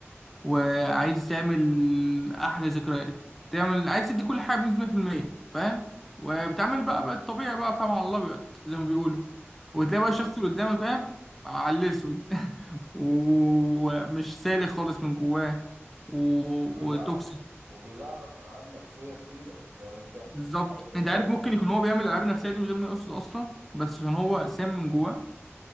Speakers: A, in the centre; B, on the right.
A: وعايز تعمل احلى ذكريات تعمل عايز تدي كل حاجه بنسبه 100% فاهم وبتعمل بقى بقى الطبيعي بقى فاهم على الابيض زي ما بيقولوا
B: امم
A: وتلاقي بقى الشخص اللي قدامك فاهم على الاسود <laughs> ومش سالك خالص من جواه و...
B: وبيلعبك
A: وتوكسيك
B: وبيلعبك العاب نفسية كتيرة فاهم انت
A: بالظبط
B: عارف انت
A: انت عارف ممكن يكون هو بيعمل الالعاب النفسيه دي من غير ما يقصد اصلا بس عشان هو سام من جواه